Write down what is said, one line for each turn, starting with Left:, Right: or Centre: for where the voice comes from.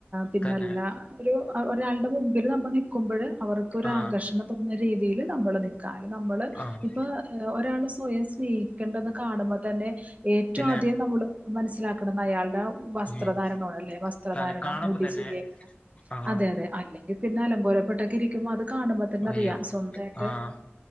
Right: പിന്നല്ല
Left: തന്നെ
Right: ഒരു ഒരാളുടെ മുമ്പില് നമ്മള് നിക്കുമ്പഴ് അവറ് ക്കൊരു
Left: ആഹ്
Right: ആകർഷണം തോന്നുന്ന രീതില് നമ്മള് നിക്കാ അല്ലേങ്കി നമ്മള്
Left: ആഹ്
Right: ഇപ്പൊ ഒരാള് സ്വയം സ്നേഹിക്കേണ്ടന്ന് കാണുമ്പ തന്നെ ഏറ്റവും
Left: പിന്നെ
Right: അധികം നമ്മള് മനസ്സിലാക്കണംന്ന് അയാൾടെ വസ്ത്രധാരണോട്
Left: ഉം
Right: അല്ലേ വസ്ത്രധാരണം
Left: തന്നെ കാണുമ്പോ
Right: മുടി
Left: തന്നെ
Right: ചീകിയക്കെ
Left: ആഹ്
Right: <unintelligible> അതെ അതെ അല്ലെങ്കി പിന്നെ അലങ്കോലപ്പെട്ടൊക്കെ ഇരിക്കുമ്പോ അത് കാണുമ്പോ തന്നെ
Left: അയ്യോ
Right: അറിയാ സ്വന്തായിട്ട്
Left: ആഹ്